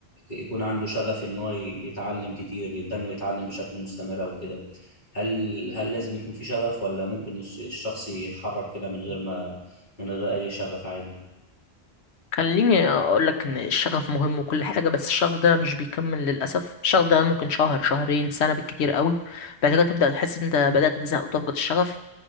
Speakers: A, on the left (about 45°); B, on the left (about 80°).
A: يكون عنده شغف ان هو ي- يتعلم كتير يبدأ انه يتعلم بشكل مستمر او كده هل هل لازم يكون في شغف ولا ممكن الش- الشخص يتحرك كده من غير ما من غير أي شغف عادي
B: خليني اقول لك ان الشغف مهم وكل حاجه بس الشغف ده مش بيكمل للاسف الشغف ده ممكن شهر شهرين سنه بالكتير قوي بعد كده تبدا تحس ان انت بدات تزهق وتفقد الشغف